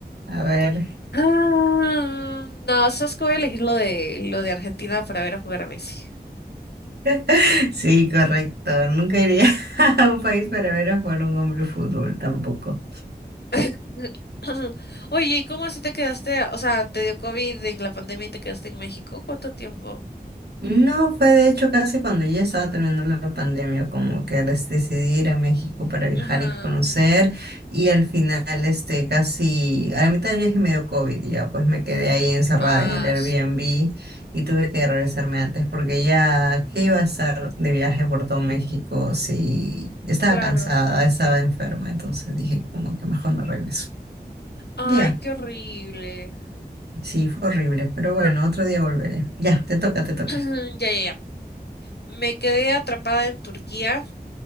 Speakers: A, on the right; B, on the left.
A: A ver.
B: Ah, no, sabes que voy a elegir lo de, lo de Argentina para ver a jugar a Messi.
A: <laughs> Sí, correcto. Nunca iría <laughs> a un país para ver a jugar un hombre fútbol tampoco.
B: <clears throat> Oye, ¿y cómo así te quedaste? O sea, te dio COVID en la pandemia y te quedaste en México. ¿Cuánto tiempo?
A: No, fue de hecho casi cuando ya estaba terminando la pandemia, como que res- decidí ir a México para viajar
B: Ajá.
A: y conocer, y al final, este, casi a la mitad del viaje me dio COVID, y ya pues me quedé ahí encerrada
B: Ah,
A: en el Airbnb
B: su,
A: y tuve que regresarme antes porque ya, ¿qué iba a estar de viaje por todo México si estaba
B: claro.
A: cansada, estaba enferma? Entonces dije como que mejor me regreso.
B: Ay,
A: Ya,
B: qué horrible.
A: sí, fue horrible, pero bueno, otro día volveré. Ya, te toca, te toca.
B: <clears throat> Ya, ya, ya. Me quedé atrapada en Turquía.